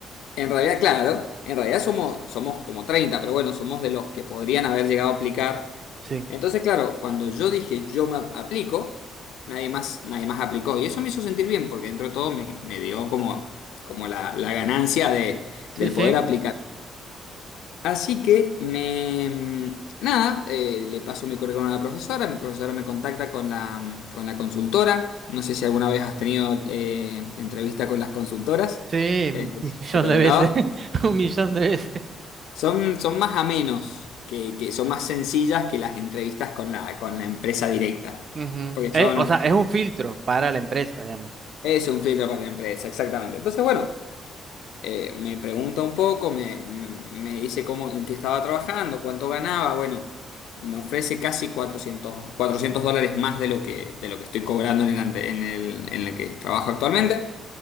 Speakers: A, on the left; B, on the right.
A: En realidad, claro, en realidad somos, somos como treinta pero bueno, somos de los que podrían haber llegado a aplicar.
B: Sí.
A: Entonces, claro, cuando yo dije yo me ap- aplico, nadie más, nadie más aplicó. Y eso me hizo sentir bien, porque dentro de todo me, me dio como, como la, la ganancia de,
B: Sí,
A: del
B: sí.
A: poder aplicar. Así que me... Nada, eh, le paso mi currículum a la profesora, mi profesora me contacta con la, con la consultora. No sé si alguna vez has tenido eh, entrevista con las consultoras,
B: Sí,
A: eh,
B: un <laughs> millón
A: si te ha
B: de
A: tocado.
B: veces. <laughs> Un millón de veces.
A: Son, son más amenos, que, que son más sencillas que las entrevistas con la, con la empresa directa,
B: Ujú.
A: porque
B: Eh,
A: son...
B: o sea, es un filtro para la empresa, digamos.
A: Es un filtro para la empresa, exactamente. Entonces, bueno. eh, me pregunta un poco, me, me- me dice cómo, en qué estaba trabajando, cuánto ganaba. Bueno, me ofrece casi 400 cuatrocientos dólares más de lo que, de lo que estoy cobrando en el, ante- en el, en el que trabajo actualmente,